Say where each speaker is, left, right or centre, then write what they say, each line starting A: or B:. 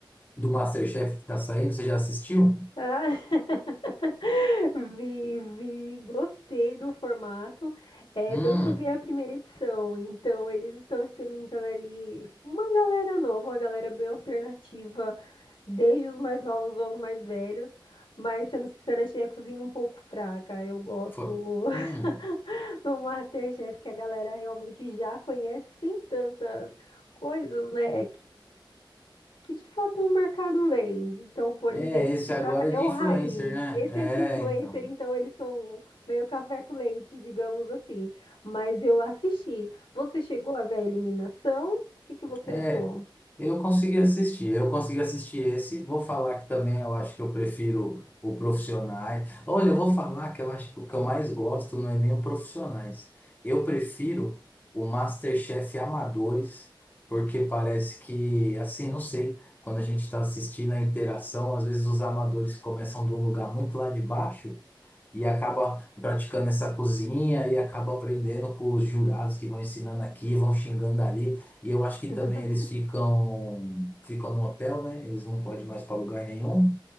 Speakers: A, on the left (about 20°); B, on the left (about 85°).
A: do MasterChef que tá saindo? Você já assistiu?
B: Ah, <laughs> vi, vi, gostei do formato. É,
A: Hum,
B: pelo que eu vi, é a primeira edição. Então, eles estão experimentando ali uma galera nova, uma galera bem alternativa, desde os mais novos aos mais velhos. Mas, sendo sincera, achei a cozinha um pouco fraca. Eu gosto
A: foi.
B: <laughs>
A: Hum,
B: do MasterChef, que a galera realmente já conhece sem tantas coisas, né, que de fato o mercado vende. Então, por
A: é,
B: exemplo,
A: esse
B: que
A: agora
B: já é
A: é de
B: o
A: influencer,
B: raiz.
A: né?
B: Esse
A: É,
B: é de influencer,
A: então.
B: então eles são meio café com leite, digamos assim. Mas eu assisti. Você chegou a ver a eliminação? O que que você
A: É,
B: achou?
A: eu consegui assistir, eu consegui assistir esse. Vou falar que também eu acho que eu prefiro o Profissionais. Olha, eu vou falar que eu acho que o que eu mais gosto não é nem o Profissionais. Eu prefiro o MasterChef Amadores, porque parece que, assim, não sei, quando a gente está assistindo a interação, às vezes os amadores começam de um lugar muito lá de baixo. e acaba praticando essa cozinha e acaba aprendendo com os jurados que vão ensinando aqui, vão xingando ali. E eu acho que
B: <laughs>
A: também eles ficam ficam no hotel, né? Eles não podem mais para lugar nenhum.